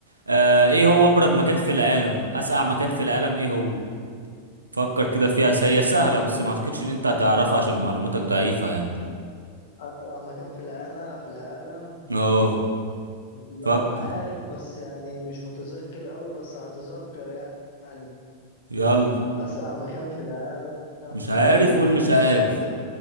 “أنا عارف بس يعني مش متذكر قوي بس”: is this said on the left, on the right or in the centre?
Left